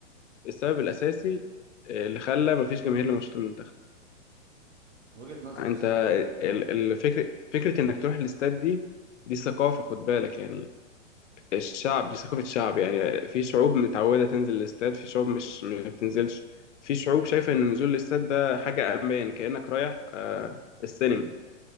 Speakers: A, on the left (about 75°); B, on the right (about 65°).
A: السبب الاساسي آه، اللي خلى مفيش جماهير لماتشات المنتخب
B: وجهة نظر
A: انت
B: بصراحة امم
A: ال- الفكر فكره انك تروح الاستاد دي دي ثقافه خد بالك يعني الشعب دي ثقافه شعب يعني في شعوب متعوده تنزل الاستاد في شعوب مش ما بتنزلش في شعوب شايفه ان نزول الاستاد ده حاجه امان كانك رايح آه، السينما